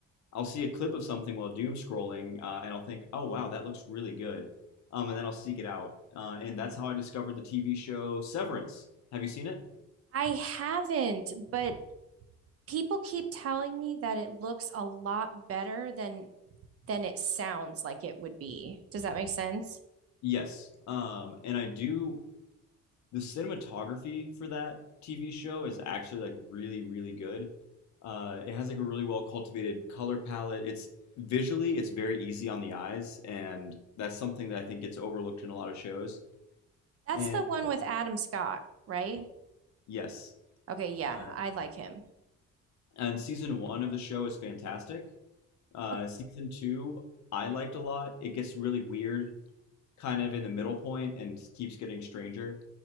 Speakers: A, on the left; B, on the right.
A: I'll see a clip of something while doom scrolling, uh, and I'll think, "Oh wow, that looks really good," um, and then I'll seek it out, uh, and that's how I discovered the TV show Severance. Have you seen it?
B: I haven't, but people keep telling me that it looks a lot better than than it sounds like it would be. Does that make sense?
A: Yes, um, and I do. The cinematography for that TV show is actually like really, really good. Uh, it has like a really well cultivated color palette. It's visually, it's very easy on the eyes, and that's something that I think gets overlooked in a lot of shows.
B: That's
A: And
B: the one with Adam Scott, right?
A: yes,
B: Okay, yeah,
A: uh,
B: I like him.
A: and season one of the show is fantastic. Uh,
B: O-
A: season two, I liked a lot. It gets really weird, kind of in the middle point, and keeps getting stranger.